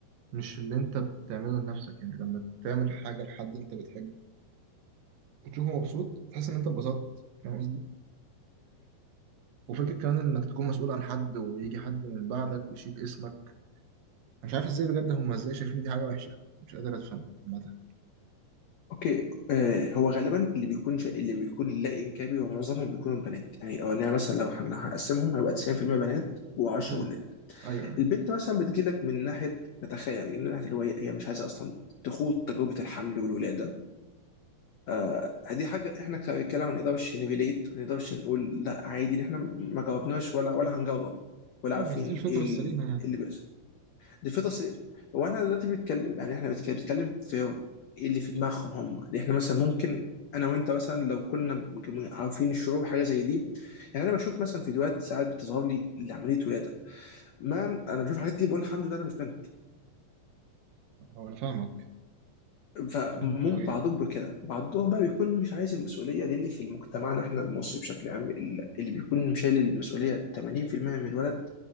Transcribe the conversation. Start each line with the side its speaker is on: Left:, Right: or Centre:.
Right: مش اللي انت بتعمله لنفسك يعني لما تعمل حاجة لحد انت بتحبه وتشوفه مبسوط تحس ان انت اتبسطت فاهم قصدي وفكرة كمان انك تكون مسؤول عن حد ويجي حد من بعدك ويشيل اسمك أنا مش عارف ازاي بجد هم ازاي شايفين دي حاجة وحشة مش قادر افهم عامة
Left: اوكي آه هو غالبا اللي بيكون شا... اللي بيكون لا انكابي هو معظمهم بيكونوا البنات يعني او انا مثلا لو هن- لو هنقسمهم هيبقى 90% بنات و10
Right: مم.
Left: ولاد
Right: ايوه
Left: البنت مثلا بتجيلك من ناحيه نتخيل يعني من ناحيه اللي هو هي هي مش عايزه اصلا تخوض تجربه الحمل والولاده آه دي حاجه احنا كرجاله ما نقدرش نريليت ما نقدرش نقول لا عادي إن احنا ما جاوبناش ولا ولا هنجاوب ولا
Right: مم،
Left: عارفين
Right: بس دي الفطرة
Left: ايه ال-
Right: السليمة يعني
Left: إيه اللي بيحصل دي فطرة سي- هو احنا دلوقتي بنتكلم يعني احنا بنتكلم بنتكلم في إيه اللي في دماغهم هم يعني احنا مثلا ممكن انا وانت مثلا لو كنا م- عارفين الشعور حاجه زي دي يعني انا بشوف مثلا فيديوهات ساعات بتظهر لي لعمليه ولاده مان انا بشوف الحاجات دي بقول الحمد لله انا مش بنت
Right: أو أنا فاهمك
Left: فممكن
Right: فاهمك أوي
Left: بعضهم
Right: يعني
Left: بيبقى كده بعضهم بقى بيكون مش عايز المسؤوليه لان في مجتمعنا احنا المصري بشكل عام ال- اللي بيكون شايل المسؤوليه 80% من الولد